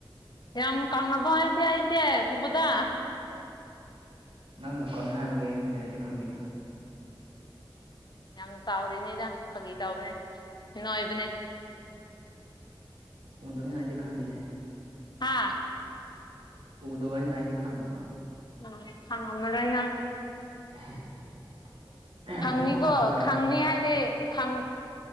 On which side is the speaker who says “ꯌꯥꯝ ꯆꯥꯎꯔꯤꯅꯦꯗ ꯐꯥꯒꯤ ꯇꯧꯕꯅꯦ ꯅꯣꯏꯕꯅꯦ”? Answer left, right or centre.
Left